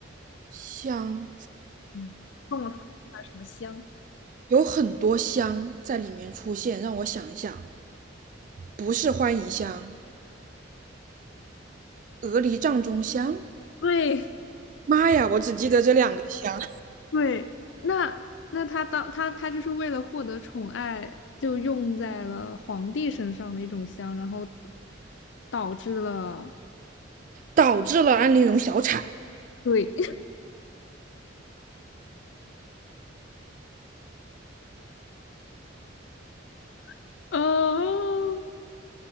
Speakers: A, on the right; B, on the left.
A: 香
B: 嗯，送了她什么香？
A: 有很多香在里面出现，让我想一想，不是欢宜香，鹅梨帐中香，
B: 对
A: 妈呀，我只记得这两个香，
B: 对，那那她当她她就是为了获得宠爱，就用在了皇帝身上的一种香，然后导致了
A: 导致了安陵容小产。
B: 对 <laughs> 哦